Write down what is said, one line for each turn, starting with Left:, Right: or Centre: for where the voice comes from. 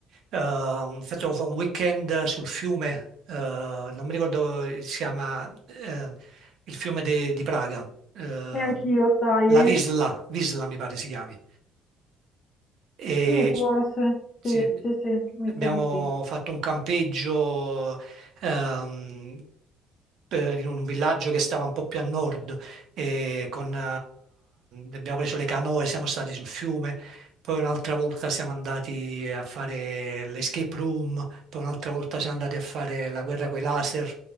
Right: eh, facevo fa- un weekend sul fiume, eh, non mi ricordo come si chiama, eh, il fiume de- di Praga, eh,
Left: E anch'io, sai,
Right: la
Left: eh?
Right: Visla, Visla mi pare si chiami. E
Left: Sì, forse,
Right: c- sì,
Left: sì, sì, sì, mi
Right: abbiamo
Left: sa di sì.
Right: fatto un campeggio ehm, per- in un villaggio che stava un po' più a nord e con, eh, abbiamo preso le canoe, siamo stati sul fiume, poi un'altra volta siamo andati a fare l'escape room, poi un'altra volta siamo andati a fare la guerra coi laser.